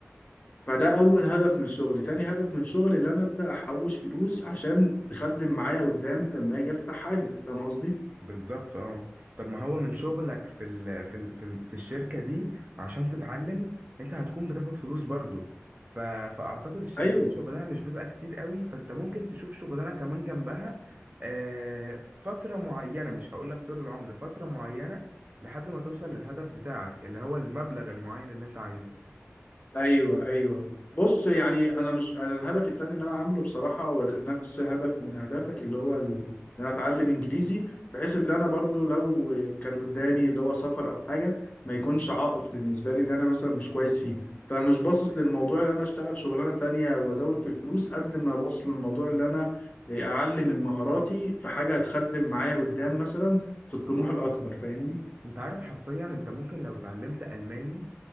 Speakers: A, on the left; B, on the right.
A: فده اول هدف من الشغل تاني هدف من الشغل اللي انا ابدا احوش فلوس عشان تخدم معايا قدام لما اجي افتح حاجه فاهم قصدي
B: بالظبط اه طب ما هو من شغلك في ال في ال في, ال في الشركة دي عشان تتعلم انت هتكون بتاخد فلوس برضو ف فاعتقد الشركات
A: ايوه
B: شغلها مش بيبقى كتير قوي فانت ممكن تشوف شغلانة كمان جنبها آه فترة معينة مش هقولك طول العمر فترة معينة لحد ما توصل للهدف بتاعك اللي هو المبلغ المعين اللي انت عايزه
A: ايوه ايوه بص يعني انا مش انا الهدف التاني اللي انا عامله بصراحه هو نفس هدف من اهدافك اللي هو ال- ان انا اتعلم انجليزي بحيث ان انا برضو لو كان قدامي اللي هو سفر او حاجه ما يكونش عائق بالنسبه لي اللي انا مثلا مش كويس فيه فمش باصص للموضوع اللي انا اشتغل شغلانه تانية وازود في الفلوس قد ما باصص للموضوع اللي انا اعلم من مهاراتي في حاجه هتخدم معايا قدام مثلا في الطموح الاكبر فاهمني
B: انت عارف حرفيا انت ممكن لو اتعلمت ألماني